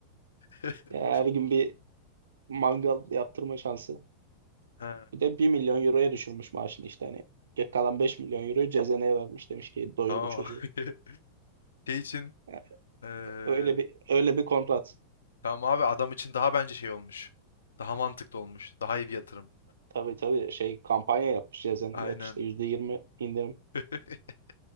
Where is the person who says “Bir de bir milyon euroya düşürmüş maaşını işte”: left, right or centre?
Right